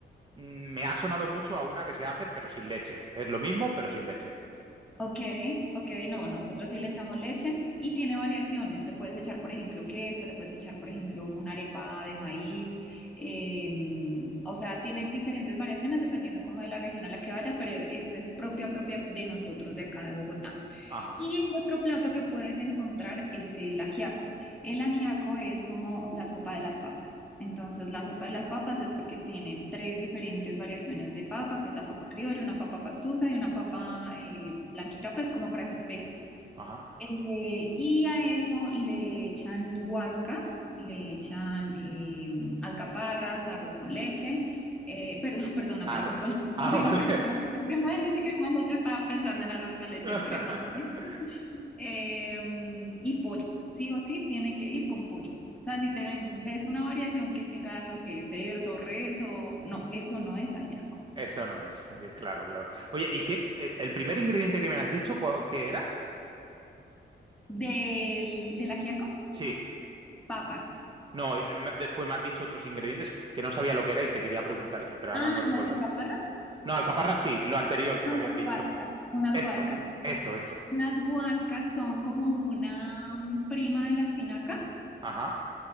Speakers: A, on the right (about 25°); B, in the centre.
A: mm, me ha sonado mucho a una que se hace, pero sin leche. Es lo mismo, pero sin leche.
B: Ok, ok, no, nosotros sí le echamos leche y tiene variaciones. Le puedes echar, por ejemplo, queso, le puedes echar, por ejemplo, una arepa de maíz. eh, o sea, tiene diferentes variaciones dependiendo como de la región a la que vaya, pero esa es propia, propia de nosotros de acá de Bogotá.
A: Ajá,
B: Y el otro plato que puedes encontrar es el ajiaco. El ajiaco es como la sopa de las papas. Entonces, la sopa de las papas es porque tiene tres diferentes variaciones de papa, que es la papa criolla, una papa pastusa y una papa eh, blanquita, pues como para que espese.
A: ajá.
B: Eh, y a eso le echan guascas, le echan eh, alcaparras, arroz con leche. eh, perdón, <laughs> perdóname,
A: Ar-
B: arroz con leche, no,
A: Ah,
B: sino
A: vale.
B: crema, crema de leche, crema de leche, estaba pensando en arroz con leche,
A: <laughs>
B: es crema de leche eh, y pollo. Sí o sí tiene que ir con pollo. O sea, si te ven- ves una variación que tenga, no sé, cerdo, res o... No, eso no es ajiaco.
A: Eso no es, Eh, claro, claro. Oye, ¿y qué? eh, ¿El primer ingrediente que me has dicho, cuál- qué era?
B: Del, del ajiaco,
A: Sí.
B: papas.
A: No, eh, me- después me has dicho otros ingredientes que no sabía lo que era y te quería preguntar, eh, pero
B: Ah,
A: ahora no recuerdo.
B: las alcaparras.
A: No, alcaparra sí, lo anterior que
B: Ah,
A: me habías
B: las
A: dicho.
B: guascas, unas
A: Esto,
B: guascas.
A: esto, esto.
B: Las guascas son como una mm, prima de la espinaca
A: Ajá,